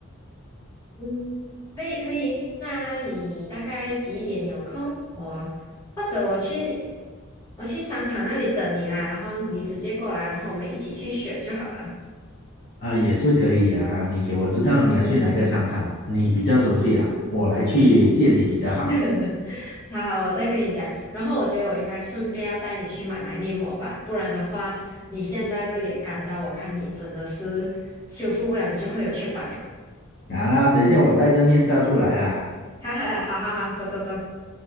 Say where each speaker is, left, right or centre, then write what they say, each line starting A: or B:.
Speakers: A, on the left; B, on the left.
A: 嗯，可以可以，那你大概几点有空？我或者我去我去商场那里等你啦，然后你直接过来，然后我们一起去选就好了。
B: 啊，也是可以啊，你给我知道你要去哪一个商场，你比较熟悉啦，我来去见你比较好。
A: 嗯，<laughs> 好好，我再跟你讲。然后我觉得我应该顺便要带你去买买面膜吧，不然的话，你现在这个脸干到，我看你真的是修复不了，你就会有雀斑了。<laughs>
B: 好啦，等一下我戴着面罩出来啦。
A: 哈哈，好好好，走走走。